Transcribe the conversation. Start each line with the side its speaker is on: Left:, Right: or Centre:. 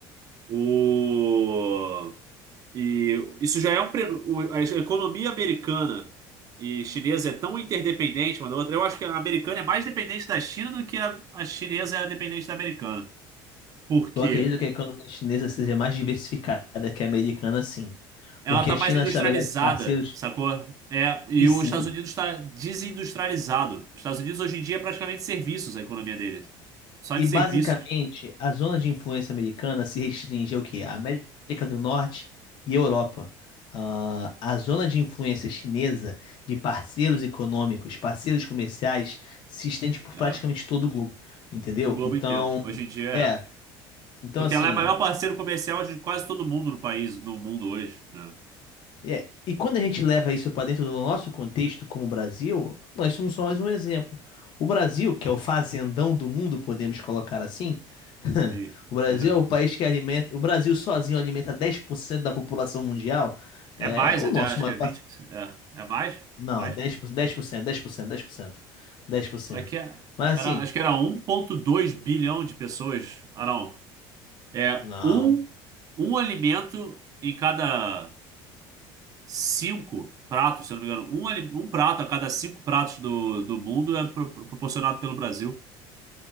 Right: O... E isso já é um. pre- o- A economia americana e chinesa é tão interdependente uma da outra. Eu acho que a americana é mais dependente da China do que a, a chinesa é dependente da americana. Por quê?
Left: Eu acredito que a economia chinesa seja mais diversificada que a americana, sim.
Right: Ela
Left: Porque
Right: está
Left: a
Right: mais
Left: China
Right: industrializada,
Left: estabelece parceiros,
Right: sacou? É, e
Left: e sim.
Right: os Estados Unidos está desindustrializado. Os Estados Unidos hoje em dia é praticamente serviços a economia deles. Só
Left: E
Right: de
Left: basicamente,
Right: serviços.
Left: a zona de influência americana se restringe ao quê? A América do Norte e Europa. Ah, a zona de influência chinesa de parceiros econômicos, parceiros comerciais, se estende por
Right: É,
Left: praticamente todo o globo, entendeu?
Right: o globo
Left: Então,
Right: inteiro. Hoje em dia
Left: é.
Right: é.
Left: Então,
Right: Porque
Left: assim.
Right: ela é o maior parceiro comercial de quase todo mundo no país, no mundo hoje, né?
Left: É, e quando a gente leva isso para dentro do nosso contexto como Brasil, nós somos só mais um exemplo. O Brasil, que é o fazendão do mundo, podemos colocar assim, <laughs>
Right: Sim.
Left: o Brasil
Right: <laughs>
Left: é o país que alimenta, o Brasil sozinho alimenta 10% da população mundial.
Right: É
Left: É
Right: mais
Left: o
Right: até,
Left: nosso
Right: acho
Left: maior,
Right: que é
Left: pass-
Right: vinte, É, é mais? É
Left: não,
Right: mais?
Left: é dez por cento, dez por cento. dez por cento, dez por cento, dez por cento.
Right: É que é-
Left: Mas
Right: era,
Left: assim,
Right: acho que era um ponto dois bilhão de pessoas. Ah, não. É
Left: não,
Right: um, um alimento em cada cinco pratos, se eu não me engano. Um, ali- um prato a cada cinco pratos do, do mundo é pro- pro- proporcionado pelo Brasil.